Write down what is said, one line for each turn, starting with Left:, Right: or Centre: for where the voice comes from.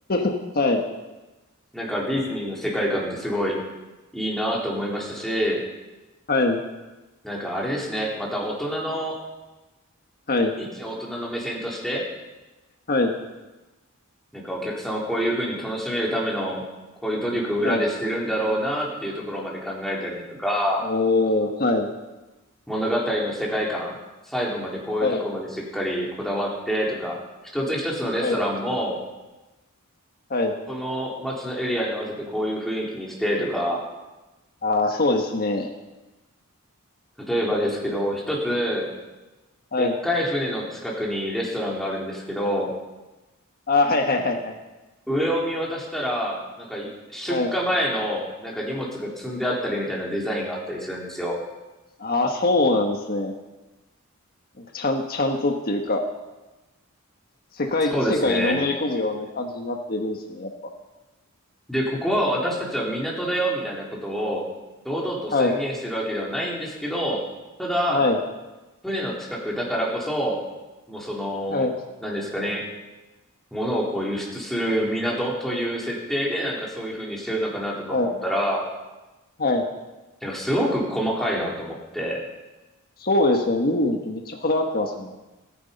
Left: はい。
Centre: なんかディズニーの世界観ってすごいいいなと思いましたし、
Left: はい、
Centre: なんかあれですね、また大人の、
Left: はい、
Centre: 一大人の目線として、
Left: はい、
Centre: なんかお客さんをこういうふうに楽しめるための、こういう努力を裏でしてるんだろうなっていうところまで考えたりだとか、
Left: はい。おー、はい、
Centre: 物語の世界観、細部までこういうところまでしっかりこだわってとか、
Left: はい、
Centre: 一つ一つのレストランも、
Left: はい、はい。
Centre: この街のエリアに合わせてこういう雰囲気にしてとか、
Left: ああ、そうですね。
Centre: 例えばですけど、一つ、
Left: はい。
Centre: でっかい船の近くにレストランがあるんですけど、
Left: ああ、はい、はい、はい、はい、
Centre: 上を見渡したら、なんか出荷前のなんか荷物が積んであったりみたいなデザインがあったりするんですよ。
Left: はい、はい。ああ、そうなんですね。ちゃん、ちゃんとっていうか、世界、
Centre: そうですね。
Left: 世界にのめり込むような感じになってるんですね、やっぱ。
Centre: で、ここは私たちは港だよみたいなことを堂々と宣言してるわけではないんですけど、
Left: はい、
Centre: ただ、
Left: はい、
Centre: 船の近くだからこそ、もうその、
Left: はい、
Centre: なんですかね、物をこう輸出する港という設定でなんかそういう風にしてるのかなとか思ったら、
Left: はい、はい。
Centre: なんかすごく細かいなと思って、
Left: そうですよね。ディズニーってめっちゃこだわってますもんね。